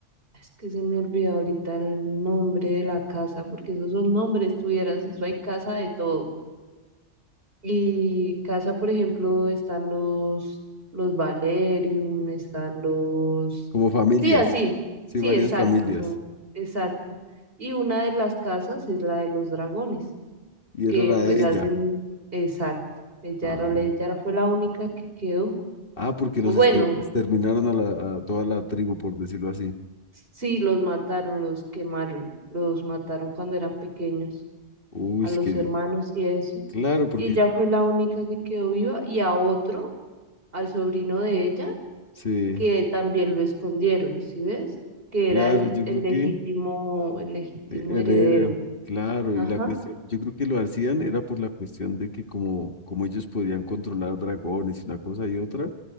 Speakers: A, on the right; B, on the left.
A: es que se me olvidó ahorita el nombre de la casa, porque esos son nombres tuvieras, eso hay casa de todo. Y casa, por ejemplo, están los, los Valerium, están los...
B: Como familias.
A: Sí, así,
B: Sí,
A: sí,
B: varias
A: exacto,
B: familias.
A: son, exacto. Y una de las casas es la de los dragones,
B: Y era
A: que
B: la
A: pues
B: de
A: hace
B: ella.
A: mu- Exacto, ella
B: Ah,
A: era, la- ella era- fue la única que quedó.
B: Ah, porque
A: Bu-
B: los
A: Bueno,
B: este- exterminaron a, la- a toda la tribu, por decirlo así.
A: sí, los mataron, los quemaron, los mataron cuando eran pequeños,
B: Uy,
A: a
B: es
A: los
B: que,
A: hermanos y eso.
B: claro, porque
A: Y ella fue la única que quedó viva y a otro, al sobrino de ella
B: sí,
A: que también lo escondieron, ¿sí ves? Que
B: claro,
A: era el,
B: yo
A: el
B: creo
A: legítimo,
B: que
A: el legítimo
B: eh, heredero,
A: heredero.
B: claro,
A: Ajá,
B: y la cuestión, yo creo que lo hacían era por la cuestión de que como, como ellos podían controlar dragones y una cosa y otra,